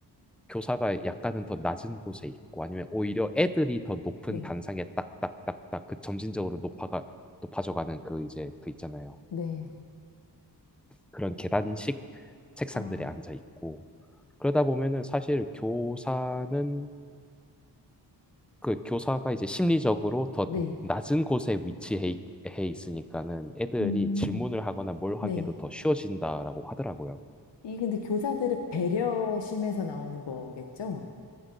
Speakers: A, in the centre; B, on the left.
A: 교사가 약간은 더 낮은 곳에 있고 아니면 오히려 애들이 더 높은
B: 네,
A: 단상에 딱딱딱딱 그 점진적으로 높아가 높아져가는 그 이제 그 있잖아요.
B: 네.
A: 그런 계단식 책상들에
B: 아,
A: 앉아 있고 그러다 보면은 사실 교사는 그 교사가 이제 심리적으로 더
B: 네.
A: 낮은 곳에 위치해 있- 해 있으니까는 애들이
B: 음,
A: 질문을 하거나 뭘 하게도
B: 네.
A: 더 쉬워진다라고 하더라고요.
B: 이게 근데 교사들의 배려심에서 나오는 거겠죠?